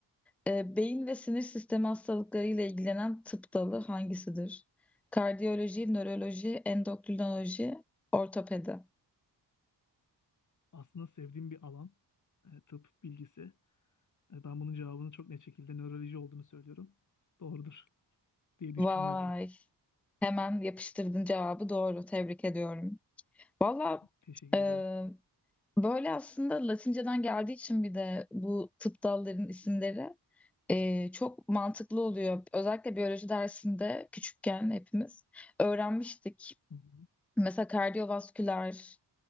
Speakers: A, in the centre; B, on the left.
A: Ee, beyin ve sinir sistemi hastalıklarıyla ilgilenen tıp dalı hangisidir? Kardiyoloji, nöroloji, endokrinoloji, ortopedi.
B: Aslında sevdiğim bir alan. e, tıp bilgisi. E, Ben bunun cevabını çok net şekilde nöroloji olduğunu söylüyorum. Doğrudur diye düşünüyorum.
A: Vay. Hemen yapıştırdın cevabı doğru. Tebrik ediyorum. Valla
B: Teşekkür
A: e,
B: ederim.
A: böyle aslında Latinceden geldiği için bir de bu tıp dallarının isimleri e, çok mantıklı oluyor. Özellikle biyoloji dersinde küçükken hepimiz öğrenmiştik.
B: Hı hı.
A: Mesela kardiyovasküler